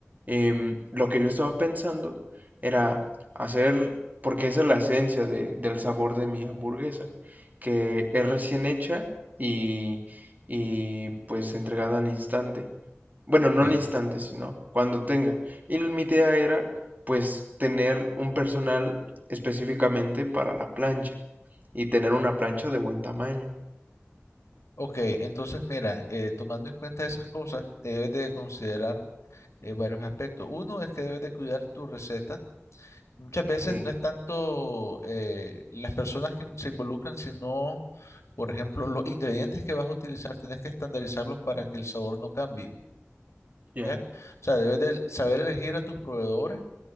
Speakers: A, on the right (about 35°); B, on the left (about 80°).
A: Em, lo que yo estaba pensando era hacer, porque esa es la esencia de- del sabor de mi hamburguesa, que es recién hecha y, y pues entregada al instante. Bueno, no
B: Eh,
A: al instante, sino cuando tenga. Y mi idea era, pues, tener un personal específicamente para la plancha y tener una plancha de buen tamaño.
B: ok, entonces mira, eh, tomando en cuenta esas cosas, debes de considerar eh, varios aspectos. Uno es que debes de cuidar tu receta. Muchas veces
A: Sí,
B: no es tanto eh, las personas que se involucran, sino, por ejemplo, los ingredientes que vas a utilizar, tienes que estandarizarlos para que el sabor no cambie,
A: ya,
B: ¿ya? O sea, debes de saber elegir a tus proveedores,